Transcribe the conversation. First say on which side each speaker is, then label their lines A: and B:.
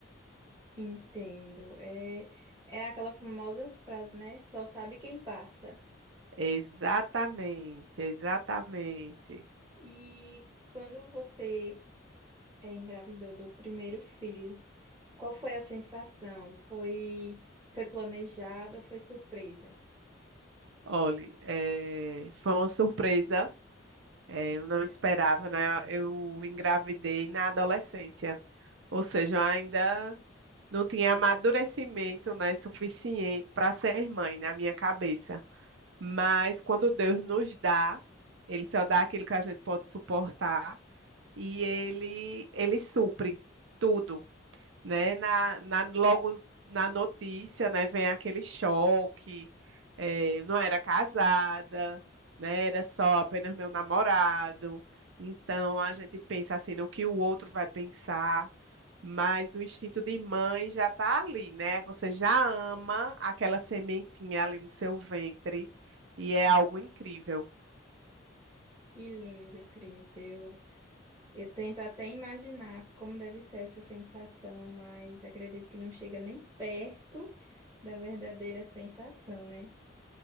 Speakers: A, on the right; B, on the right.
A: Entendo. É, é aquela famosa frase, né? Só sabe quem passa.
B: Exatamente, exatamente.
A: E quando você eh, engravidou do primeiro filho, Qual foi a sensação? Foi foi planejado ou foi surpresa?
B: Olhe, é, foi uma surpresa É, eu não esperava, né? Eu engravidei na adolescência, ou seja, eu ainda não tinha amadurecimento, né, suficiente para ser mãe na minha cabeça. Mas quando Deus nos dá, Ele só dá aquilo que a gente pode suportar e Ele, ele supre tudo né? Na, na- logo na notícia, né? Vem aquele choque. é, eu não era casada, né? Era só apenas meu namorado. Então a gente pensa assim no que o outro vai pensar, mas o instinto de mãe já está ali, né? Você já ama aquela sementinha ali no seu ventre e é algo incrível.
A: Que lindo, Cris. Eu, eu tento até imaginar como deve ser essa sensação, mas acredito que não chega nem perto da verdadeira sensação, né?